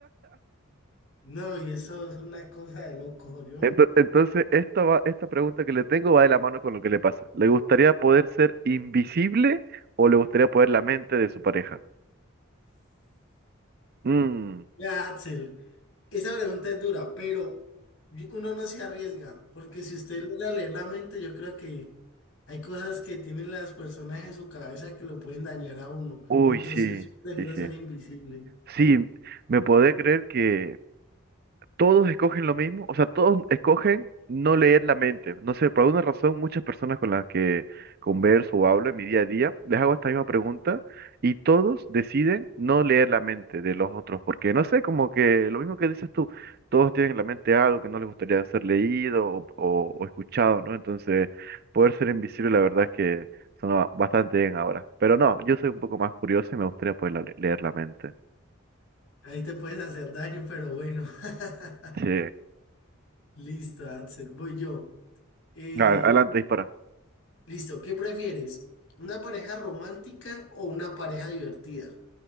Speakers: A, on the left (about 80°); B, on the right (about 50°).
A: No, y eso es una cosa de loco, ¿yo?
B: Ento- Entonces, esta va, esta pregunta que le tengo va de la mano con lo que le pasa. ¿Le gustaría poder ser invisible o le gustaría poder la mente de su pareja? Mm,
A: Ya, Axel, esa pregunta es dura, pero y- uno no se arriesga, porque si usted logra leer la mente, yo creo que hay cosas que tienen las personas en su cabeza que lo pueden dañar a uno.
B: Uy,
A: Entonces,
B: sí,
A: prefiero
B: sí,
A: ser
B: sí.
A: invisible.
B: Sí, me podés creer que todos escogen lo mismo, o sea, todos escogen no leer la mente. No sé, por alguna razón muchas personas con las que converso o hablo en mi día a día, les hago esta misma pregunta y todos deciden no leer la mente de los otros, porque no sé, como que lo mismo que dices tú, todos tienen en la mente algo que no les gustaría ser leído o, o- o escuchado, ¿no? Entonces, poder ser invisible, la verdad es que suena bastante bien ahora. Pero no, yo soy un poco más curioso y me gustaría poder la- leer la mente.
A: Ahí te puedes hacer daño, pero bueno. <laughs>
B: Sí.
A: Listo, Axel, voy yo. Eh,
B: A- Adelante, dispara.
A: listo, ¿qué prefieres? ¿Una pareja romántica o una pareja divertida?